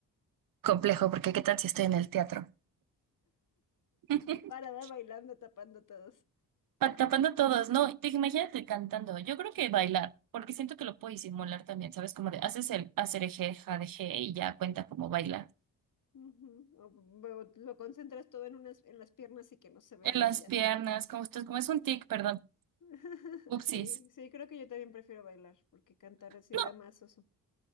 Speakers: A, on the right (about 60°); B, on the left (about 50°).
A: complejo, porque ¿qué tal si estoy en el teatro? <laughs>
B: Para dar bailando, tapando todos.
A: Pa- Tapando todos, no, te, imagínate cantando. Yo creo que bailar, porque siento que lo puedo disimular también, ¿sabes? Como de haces el hacer eje, jadeje y ya cuenta como bailar.
B: Ujú, O, o lo concentras todo en unas, en las piernas y que no se vean
A: En las
B: y ya.
A: piernas, como esto, como es un tic, perdón.
B: <laughs>
A: Upsis.
B: Sí, sí, creo que yo también prefiero bailar, porque cantar así
A: No,
B: da más oso.